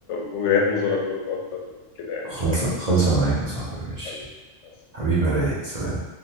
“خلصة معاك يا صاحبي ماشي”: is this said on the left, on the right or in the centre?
Right